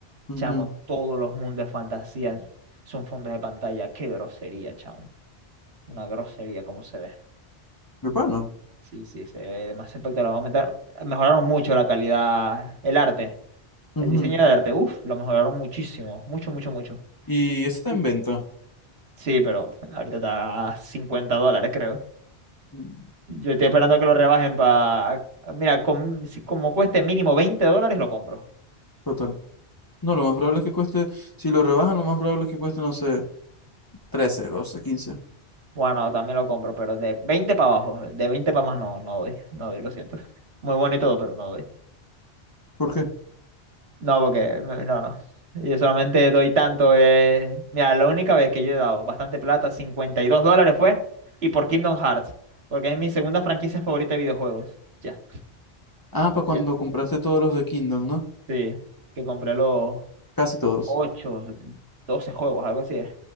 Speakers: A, on the left; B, on the right.
A: Ujú.
B: Chamo, todos los mundos de fantasía son fondos de pantalla. Qué grosería, chamo. Una grosería como se ve.
A: Urbano.
B: Sí, sí, se ve demasiado espectacular. Aumentaron- mejoraron mucho la calidad, el arte,
A: Ujú.
B: el diseño de arte. Uf, lo mejoraron muchísimo. Mucho, mucho, mucho.
A: Y ese está
B: Y-
A: en venta.
B: Sí, pero ahorita está a 50 dólares, creo.
A: Mm,
B: Yo estoy esperando que lo rebajen para... Mira, con- si como cueste mínimo 20 dólares, lo compro.
A: Total. No, lo más probable es que cueste, si lo rebajan, lo más probable es que cueste, no sé, trece doce quince
B: Bueno, también lo compro, pero de 20 para abajo, de 20 para más no, no doy, no doy, lo siento. Muy bueno y todo, pero no doy.
A: ¿Por qué?
B: No, porque no, no. no. Yo solamente doy tanto. Eh... Mira, la única vez que yo he dado bastante plata, 52 dólares fue, y por Kingdom Hearts, porque es mi segunda franquicia favorita de videojuegos. Ya.
A: Ah, para cuando
B: Ya.
A: compraste todos los de Kingdom, ¿no?
B: Sí, que compré los
A: Casi todos.
B: 8 12 juegos, algo así. es.